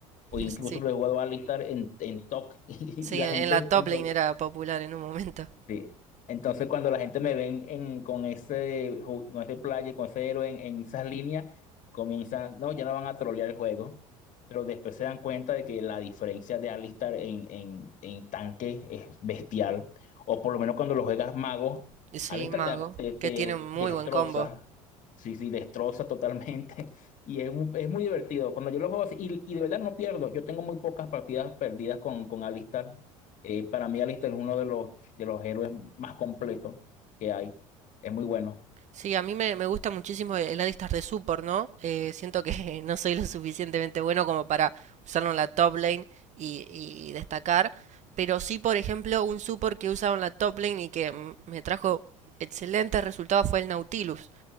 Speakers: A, on the left (about 45°); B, on the right (about 45°).
A: o incluso
B: <laughs> Sí,
A: lo he jugado a Alistar en, en TOC, <laughs> y,
B: sí,
A: la
B: en
A: gente
B: en la top
A: cuando,
B: lane era popular en un momento.
A: Sí. Entonces, cuando la gente me ven en- con ese, ju- con ese player, con ese héroe en, en esas líneas, comienzan, no, ya no van a trolear el juego, pero después se dan cuenta de que la diferencia de Alistar en, en, en tanque es bestial, o por lo menos cuando lo juegas mago,
B: Sí,
A: Alistar
B: mago,
A: te, te,
B: que
A: te
B: tiene un muy
A: destroza,
B: buen combo.
A: sí, sí, destroza totalmente, <laughs> y es, mu- es muy divertido. Cuando yo lo juego así, y, y de verdad no pierdo, yo tengo muy pocas partidas perdidas con, con Alistar. Eh, para mí Alistar es uno de los de los héroes más completos que hay. Es muy bueno.
B: Sí, a mí me, me gusta muchísimo el el Alistar de support, ¿no? Eh, siento que <laughs> no soy lo suficientemente bueno como para usarlo en la top lane y, y destacar, pero sí, por ejemplo, un support que usaba en la top lane y que mm, me trajo excelentes resultados fue el Nautilus.